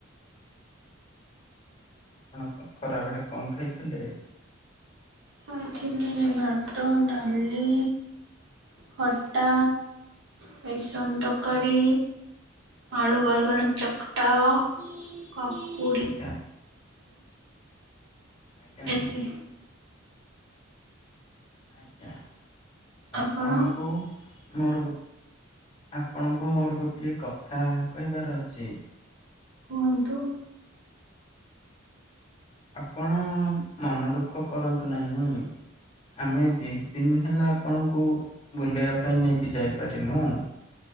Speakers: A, on the left; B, on the right.
A: ଆପଣ ଖ ଖରାବେଳେ କଣ ଖାଇଥିଲେ?
B: ଖାଇଥିଲି ଭାତ, ଡାଲି ଖଟା, ବେସନ ତରକାରୀ ଆଳୁବାଇଗଣ ଚକଟା, କାକୁଡ଼ି
A: ଆଜ୍ଞା ଆଜ୍ଞା।
B: ଏତିକି
A: ଆଜ୍ଞା ଆପଣଙ୍କୁ
B: ଆପଣ
A: ମୋର ଗୋ, ଆପଣଙ୍କୁ ମୋର ଗୋଟିଏ କଥା କହିବାର ଅଛି?
B: କୁହନ୍ତୁ।
A: ଆପଣ ମନ ଦୁଃଖ କରନ୍ତୁ ନାହିଁଁ। ଆମେ ଦି ଦିନି ହେଲା, ଆପଣଙ୍କୁ ବୁଲେଇବା ପାଇଁ ନେଇକି ଯାଇପାରିନୁ।